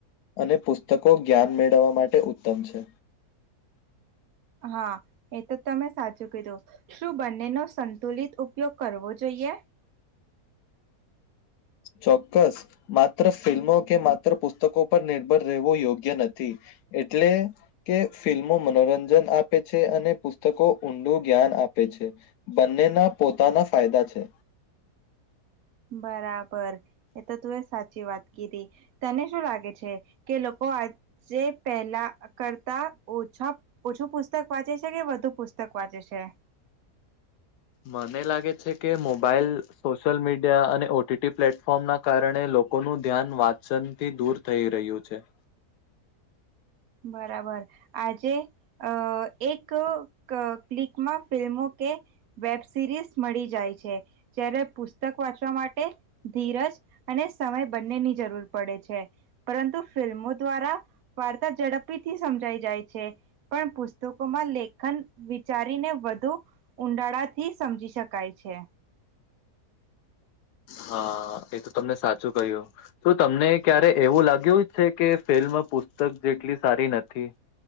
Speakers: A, on the left; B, on the right.
A: અને પુસ્તકો જ્ઞાન મેળવવા માટે ઉત્તમ છે.
B: હા, એ તો તમે સાચું કીધું. શું બંને નો સંતુલિત ઉપયોગ કરવો જોઈએ? એ
A: ચોક્કસ. માત્ર ફિલ્મો કે માત્ર પુસ્તકો પર નિર્ભર રહેવો યોગ્ય નથી. એટલે કે ફિલ્મો મનોરંજન આપે છે અને પુસ્તકો ઊંડું જ્ઞાન આપે છે. બંનેના પોતાના ફાયદા છે.
B: બરાબર. એ તો તું એ સાચી વાત કીધી. તને શું લાગે છે? કે લોકો આજે પહેલા કરતા ઓ છો. ઓછું પુસ્તક વાંચે છે કે વધુ પુસ્તક વાંચે છે?
A: મને લાગે છે કે, મોબાઈલ, સોશિયલ મીડિયા અને ઓટીટી પ્લેટફોર્મના કારણે લો લોકોનું ધ્યાન વાચનથી દૂર થઈ રહ્યું છે.
B: બરાબર, આજે અ એક ક્લિકમાં ફિલ્મો કે વેબ સિરીઝ મળી જાય છે જ્યારે પુસ્ત પુતક વાંચવા માટે ધીરજ અને સમય બંનેની જરૂર પડે છે પરંતુ ફિલ્મો દ્વારા વા ઝડપીથી સમજાઈ જાય છે પણ પુસ્તકોમાં લેખન વિચારીને વધુ ઉઊંડાળાથી સમજી શકાય છે
A: હા એ તો તમને સાચું કહ્યું તો તમને ક્યારે એવું લાગ્યું જ છે કે ફિલ્મ પ પુસ્તક જેટલી સારી નથી